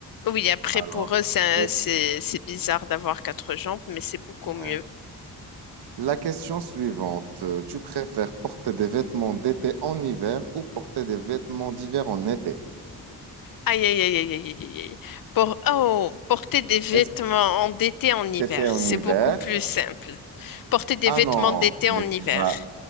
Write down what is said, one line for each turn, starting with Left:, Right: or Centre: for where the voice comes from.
Left: Oui, après,
Right: Alors,
Left: pour eux, c'est
Right: et...
Left: un- c'est c'est bizarre d'avoir quatre jambes, mais c'est beaucoup
Right: ouais.
Left: mieux.
Right: La question suivante, euh, tu préfères porter des vêtements d'été en hiver ou porter des vêtements d'hiver en été?
Left: Aïe, aïe, aïe, aïe, aïe, aïe, aïe. Pour, oh, porter des vêtements
Right: Est-ce que
Left: en d'été en hiver,
Right: t'étais en
Left: c'est
Right: hiver?
Left: beaucoup plus simple. Porter des
Right: Ah
Left: vêtements
Right: non,
Left: d'été
Right: mais
Left: en
Right: tu
Left: hiver.
Right: vas,